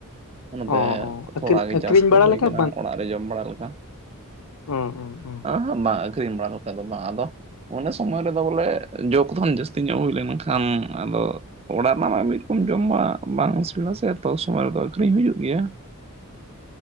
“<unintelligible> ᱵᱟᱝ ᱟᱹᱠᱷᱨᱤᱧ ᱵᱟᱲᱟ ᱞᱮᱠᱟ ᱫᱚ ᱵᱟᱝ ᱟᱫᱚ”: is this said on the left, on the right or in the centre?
Right